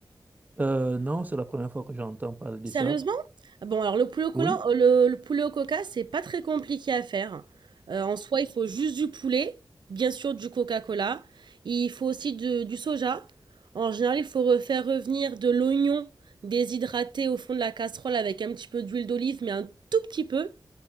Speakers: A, on the right; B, on the right.
A: Euh, non, c'est la première fois que j'entends parler de
B: Sérieusement?
A: ça.
B: Ah Bon, alors le poulet au collant
A: Oui,
B: heu, le le poulet au coca, c'est pas très compliqué à faire. Heu, en soi, il faut juste du poulet, bien sûr du Coca-Cola. Il faut aussi de du soja. En général, il faut re faire revenir de l'oignon déshydraté au fond de la casserole avec un petit peu d'huile d'olive, mais un tout petit peu